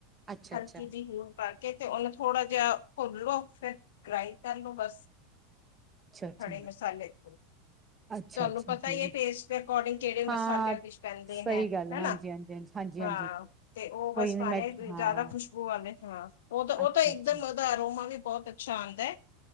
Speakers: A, on the right; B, on the left.
A: ਅੱਛਾ
B: ਹਲਕ
A: ਅੱਛਾ
B: ਜੀ ਹ ਪਾ ਤੇ ਉਹਨੂੰ ਥੋੜਾ ਜਿਹਾ ਘੁੱਲ ਲੋੋ ਫਿਰ ਗ੍ਰਾਈੰਡ ਕਰ ਲੋ ਬਸ
A: ਅੱਛਾ
B: ਹੜੇ ਮਸਾਲੇ ਤੇ
A: ਅੱਛਾ
B: ਤੁਹਾਨੂੰ
A: ਅੱਛਾ ਅੱਛਾ
B: ਪਤਾ ਹੀ ਇਹ ਟੇਸਟ ਅਕੋਰਡਿੰਗ ਕਿਹੜੇ
A: ਹਾਂ
B: ਮਸਾਲੇ ਡ ਪੈਂਦੇ
A: ਸਹੀ
B: ਹੈ
A: ਗੱਲ
B: ਹਨਾ
A: ਹਾਂਜੀ ਹਾਂਜੀ ਹਾਂਜੀ ਹਾਂਜੀ
B: ਹਾਂ
A: ਹਾਂਜੀ
B: ਤੇ ਉਹ
A: ਕੋਈ
B: ਬਸ
A: ਨੀ
B: ਪਾਣੇ
A: ਮੈਂ ਹਾਂ
B: ਜ਼ਿਆਦਾ ਖੁਸ਼ਬੂ ਵਾਲੇ ਸ ਉਹ ਤਾਂ ਉਹ
A: ਅੱਛਾ
B: ਤਾਂ ਇੱਕਦਮ
A: ਅੱਛਾ
B: ਦਾ ਰੋਮਾ ਵੀ ਬਹੁਤ ਅੱਛਾ ਆਉਂਦਾ ਹੈ